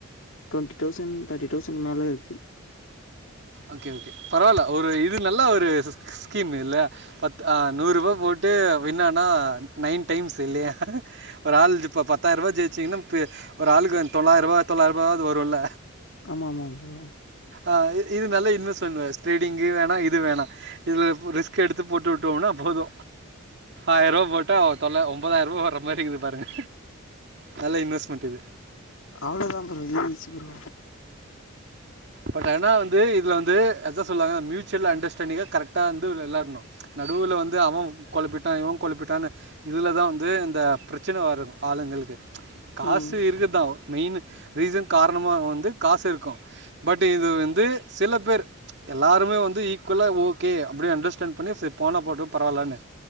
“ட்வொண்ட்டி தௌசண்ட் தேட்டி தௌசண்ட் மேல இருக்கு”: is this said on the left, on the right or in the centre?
Left